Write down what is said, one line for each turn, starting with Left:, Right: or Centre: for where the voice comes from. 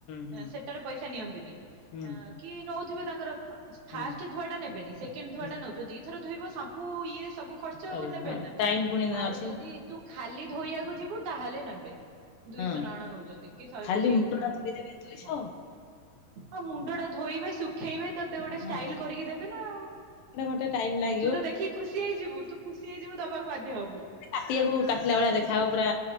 Left: ହୁଁ ହୁଁ
Right: ସେଟାରେ ପଇସା ନିଅନ୍ତିନି
Left: ହୁଁ।
Right: କି ନଉଥିବେ ତାଙ୍କର ଫାଷ୍ଟ
Left: ହୁଁ
Right: ଧୁଆ ଟା ନେବେନି ସେକେଣ୍ଡ ଧୁଆଟା
Left: ହୁଁ ହୁଁ
Right: ନଉଥିବ ଦି ଥର ଧୋଇବ ସାମ୍ପ ଇଏ ସବୁ ଖର୍ଚ୍ଚ
Left: ସାରିବେ
Right: ଆଉ ନେବେନି
Left: ହଁ
Right: ନା।
Left: ଟାଇମ ପୁଣି
Right: ଆଉ
Left: ଅଛି।
Right: ଯଦି ତୁ ଖାଲି ଧୋଇଆକୁ ଯିବୁ ତାହେଲେ ନେବେ। ଦୁଇଶ
Left: ହଁ।
Right: ନାଅଣ ନଉଛନ୍ତି କି ଶହେ
Left: ଖାଲି
Right: କୋଡିଏ ଏମିତି
Left: ମୁଣ୍ଡଟା
Right: କଣ ନଉଛନ୍ତି
Left: ଧୋଇଦେବେ ଦୁଇଶହ
Right: ମନେ ଆଉ ମୁଣ୍ଡ ଟା ଧୋଇବେ ଶୁ ହେଇବା ତୋତେ ଗୋଟେ
Left: ହଁ
Right: ଷ୍ଟାଇଲ କରିକି ଦେବେ ନା ଆଉ।
Left: <unintelligible> ଟାଇମ ଲାଗେ
Right: ତୁ ତ ଦେଖିକି ଖୁସି ହେଇଯିବୁ, ତୁ ଖୁସି ହେଇଯିବୁ ଦବାକୁ ବାଧ୍ୟ ହବୁ।
Left: କାଟିିବାକୁ କାଟିଲା ଭଳିଆ ଦେଖାହେବ ପୁରା